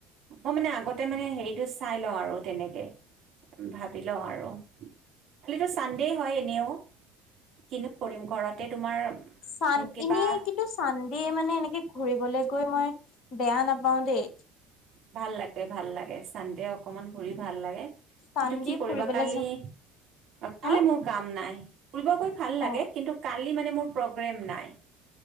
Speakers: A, on the right (about 50°); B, on the left (about 50°).
A: মই মানে আগতে মানে হেৰিটো চাই লওঁ আৰু তেনেকে, উম ভাবি লওঁ আৰু। কালিতো চানডেই হয় এনেও, কিনো কৰিম ঘৰতে তোমাৰ
B: চান,
A: কিবা
B: এনেই কিন্তু চানডে মানে এনেকে ঘূৰিবলৈ গৈ মই বেয়া নাপাওঁ দেই।
A: ভাল ভাল লাগে, চানডে অকমান ঘূৰি ভাল লাগে।
B: চানডে
A: কিন্তু কি কৰিবা
B: ফুৰিবলৈ
A: কালি,
B: যাওঁ
A: <unintelligible>
B: হা
A: মোক কাম নাই। ফুৰিব গৈ ভাল লাগে
B: অ',
A: কিন্তু কালি মানে মোৰ প্ৰগ্ৰেম নাই। <inaudible>